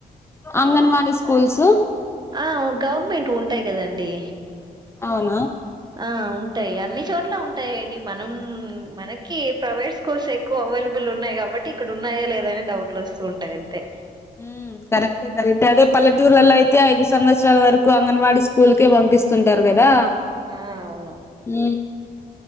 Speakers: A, on the left; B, on the right.
A: అంగన్వాడీ స్కూల్స్
B: ఆ గవర్నమెంట్ ఉంటాయి కదండి
A: అవునా
B: ఆ ఉంటాయి అన్ని చోట్ల ఉంటాయంండి మనం మనకి ప్రైవేట్ స్కూల్స్ ఎక్కువ అవైలబుల్ ఉన్నాయి కాబట్టి ఇక్కడ ఉన్నాయా లేదాని డౌట్లు వస్తూ ఉంటాయి అంతే
A: ఉమ్ కరెక్టే కరెక్టే అదే పల్లెటూరులలో అయితే ఐదు సంవత్సరాల వరకు అంగన్వాడీ స్కూల్కే పంపిస్తుంటారు కదా
B: ఆ అవును
A: ఉ